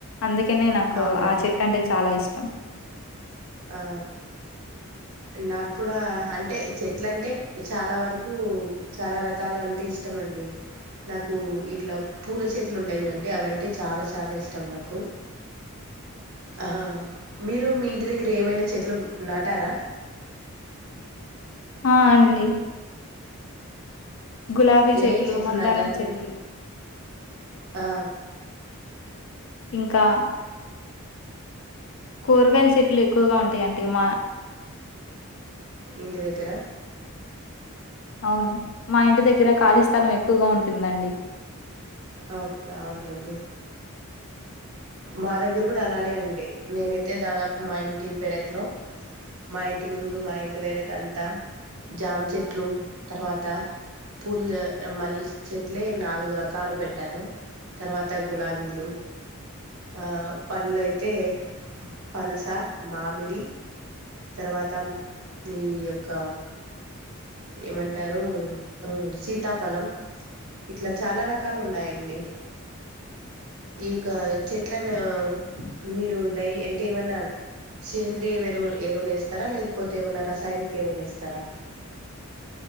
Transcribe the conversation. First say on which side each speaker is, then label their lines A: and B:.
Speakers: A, on the left (about 60°); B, on the right (about 80°).
A: అందుకనే నాకు
B: అవునా
A: ఆ చెట్టు అంటే చాలా ఇష్టం
B: ఆ నాక్కూడా అంటే చెట్లు అంటే చాలా వరకు చాలా రకాలు అంటే ఇష్టం అండి. నాకు ఇట్లా పూల చెట్లు ఉంటాయి చూడండి అవి అంటే చాలా చాలా ఇష్టం నాకు, ఆహా మీరు మీ ఇంటి దగ్ మీరు ఏమైనా చెట్లు నాటారా
A: ఆ అండి గులాబీ
B: ఏ ఏ చెట్లు
A: మందారం
B: నాటరు అండి
A: చెట్లు
B: ఆ
A: ఇంకా కూరగాయల చెట్లు ఎక్కువగా ఉంటాయంటి మా
B: ఇంటి దగ్గర
A: అవును మా ఇంటి దగ్గర ఖాళీ స్థలం ఎక్కువగా ఉంటుందండి
B: ఓకే అవునులేండి మా దగ్గర కూడా అలానే అండి, నేనైతే దాదాపు మా ఇంటి పెరట్లో మా ఇంటి ముందు మా ఇంటి వెనక అంతా జామ చెట్లు, తర్వాత పూలు మల్లె చెట్లే నాలుగు రకాలు పెట్టాను తర్వాత గులాబీలు. ఆ పళ్ళు అయితే పనస మామిడి తర్వాత నీయొక్క ఏమంటారు మ్ సీతాఫలం ఇట్ల చాలా రకాలు ఉన్నాయండి, ఈక చెట్లలను మీరు డైలీ అంటే, ఏమన్న సేంద్రియ ఎరువులు ఎరువులు వేస్తారా, లేకపోతే ఏమైనా రసాయనిక ఎరువులు వేస్తారా